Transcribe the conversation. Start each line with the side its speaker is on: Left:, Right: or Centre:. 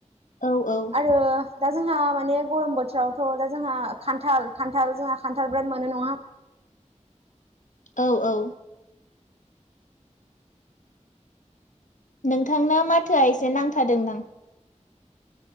Left: औ औ।
Right: आरो दा जोंहा माने गरम बोथोरावथ' दा जोंहा खान्थाल खान्थाल जोंहा खान्थाल बिराद मोनो नङा
Left: औ औ। नोंथांना माथोआ एसे नांथादों दा।